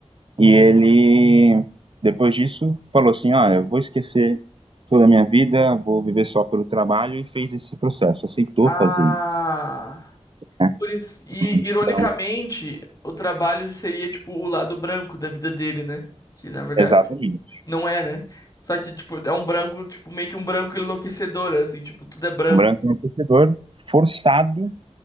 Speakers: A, on the right (about 50°); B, on the left (about 30°).
A: E ele, depois disso, falou assim: ah, eu vou esquecer toda a minha vida, vou viver só pelo trabalho, e fez esse processo, aceitou
B: Ah.
A: fazer isso, né?
B: atores, E,
A: Então,
B: ironicamente, o trabalho seria, tipo, o lado branco da vida dele, né? Que, na verdade,
A: exatamente.
B: não é, né? Só que, tipo, é um branco, tipo, meio que um branco enlouquecedor, assim, tipo, tudo é branco.
A: Um branco é um torcedor forçado